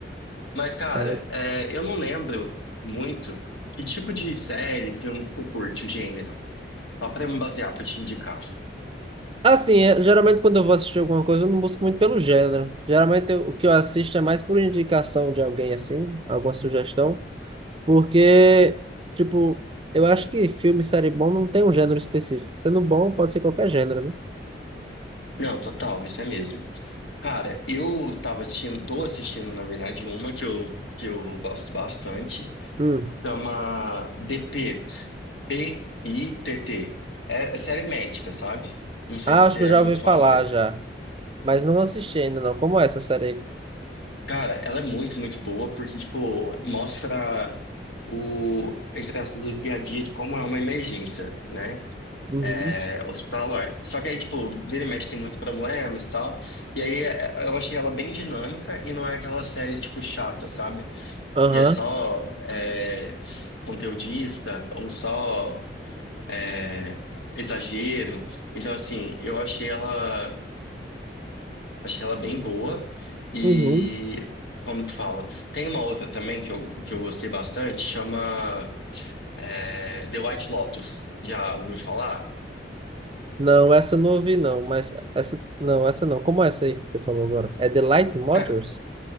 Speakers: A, on the left; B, on the right.
A: Mas, cara,
B: É,
A: é, eu não lembro muito que tipo de série, filme que tu curte, o gênero. Só pra eu me basear, pra te indicar.
B: assim, é, geralmente quando eu vou assistir alguma coisa, eu não busco muito pelo gênero. Geralmente eu- o que eu assisto é mais por indicação de alguém, assim, alguma sugestão. Porque, tipo, eu acho que filme e série bom não tem um gênero específico. Sendo bom, pode ser qualquer gênero, né?
A: Não, total, isso é mesmo. Cara, eu tava assistindo, tô assistindo, na verdade, uma que eu, que eu gosto bastante.
B: Hum.
A: Chama The Pitt. P-I-T-T. É, é série médica, sabe? Não sei
B: Ah,
A: se
B: acho que
A: é
B: eu já
A: muito
B: ouvi falar
A: sua vibe.
B: já. Mas não assisti ainda, não. Como é essa série aí?
A: Cara, ela é muito, muito boa porque, tipo, mostra o, entre aspas, do dia a dia de como é uma emergência, né?
B: Uhum,
A: É, hospitalar. Só que aí, tipo, vira e mexe tem muitos problemas e tal. E aí é, é, eu achei ela bem dinâmica e não é aquela série, tipo, chata, sabe?
B: Aham.
A: Que é só é, conteudista ou só. é, exagero. Então, assim, eu achei ela, achei ela bem boa. E
B: uhum.
A: como que fala? Tem uma outra também que eu, que eu gostei bastante, chama é, The White Lotus. Já ouviu falar?
B: Não, essa eu não ouvi, não. Mas essa. Não, essa não. Como é essa aí que você falou agora? É The Light Motors?
A: Ca-